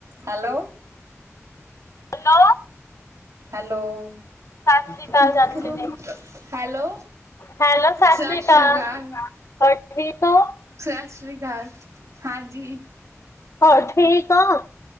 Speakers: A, on the right; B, on the left.
A: Hello.
B: Hello.
A: Hello.
B: Sat
A: <unintelligible>
B: Sri ਅਕਾਲ ਚਾਚੀ ਜੀ।
A: Hello
B: hello Sat
A: ਸਛਰੀ
B: Sri ਅਕਾਲ
A: ਕਾਲ।
B: <unintelligible>
A: ਸਤਿ ਸ਼੍ਰੀ ਅਕਾਲ ਹਾਂਜੀ।
B: ਹੋਰ ਠੀਕ ਓਂ?